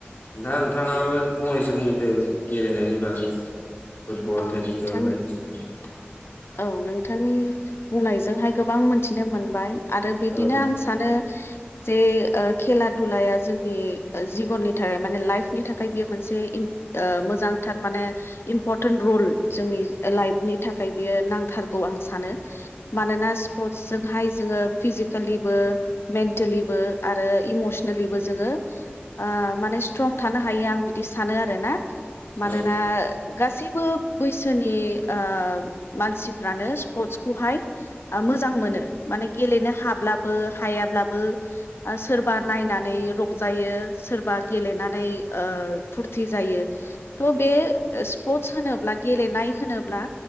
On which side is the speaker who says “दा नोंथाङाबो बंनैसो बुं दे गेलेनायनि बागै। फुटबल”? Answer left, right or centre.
Left